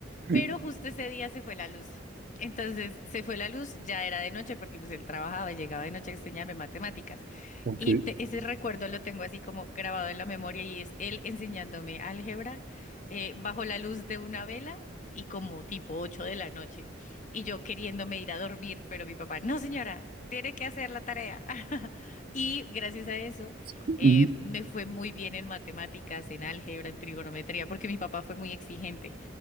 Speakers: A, on the right (about 55°); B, on the left (about 40°).
A: <laughs>
B: Pero justo ese día se fue la luz. Entonces se fue la luz, ya era de noche porque pues él trabajaba, llegaba de noche a enseñarme matemáticas.
A: Ok.
B: Y te- ese recuerdo lo tengo así como grabado en la memoria y es él enseñándome álgebra eh, bajo la luz de una vela y como tipo 8 de la noche. Y yo queriéndome ir a dormir, pero mi papá, no señora, tiene que hacer la tarea. <laughs> Y gracias a eso
A: Ujú.
B: eh, me fue muy bien en matemáticas, en álgebra, en trigonometría, porque mi papá fue muy exigente.